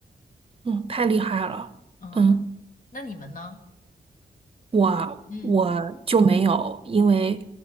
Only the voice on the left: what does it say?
嗯，
那你们呢？
嗯，